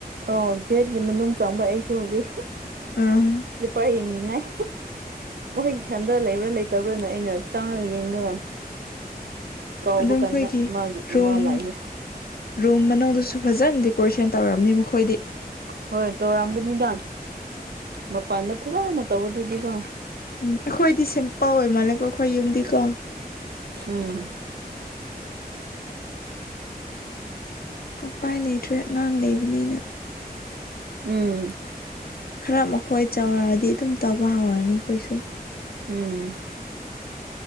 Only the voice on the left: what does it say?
ꯑꯥ
ꯑꯗꯨꯝ
ꯑꯩꯈꯣꯏꯒꯤ
ꯔꯨꯝ
ꯔꯨꯝ ꯃꯅꯨꯡꯗꯨꯁꯨ ꯐꯖꯅ ꯗꯦꯀꯣꯔꯦꯁꯟ ꯇꯧꯔꯕꯅꯤ ꯃꯈꯣꯏꯗꯤ
ꯎꯝ ꯑꯈꯣꯏꯗꯤ ꯁꯤꯝꯄꯜ ꯑꯣꯏꯃꯜꯂꯦꯀꯣ ꯑꯈꯣꯏ ꯌꯨꯝꯗꯤꯀꯣ
ꯎꯄꯥꯏ ꯂꯩꯇ꯭ꯔꯦ ꯑꯉꯥꯡ ꯂꯩꯕꯅꯤꯅ
ꯈꯔ ꯃꯈꯣꯏ ꯆꯥꯎꯔꯛꯑꯗꯤ ꯑꯗꯨꯝ ꯇꯧꯕ ꯍꯧꯔꯅꯤ ꯈꯣꯏꯁꯨ